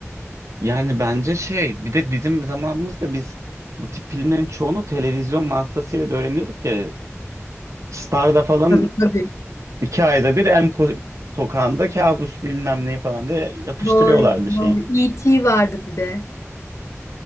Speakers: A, on the right; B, on the left.
A: yani bence şey bir de bizim zamanımızda biz bu tip filmlerin çoğunu televizyon vasıtasıyla da öğreniyorduk ya. Star'da falan
B: Tabii tabii.
A: iki ayda bir Elm Ko- Sokağı'nda kabus bilmem ne falan diye yapıştırıyorlardı
B: Doğru,
A: şeyi.
B: doğru. E.T. vardı bir de.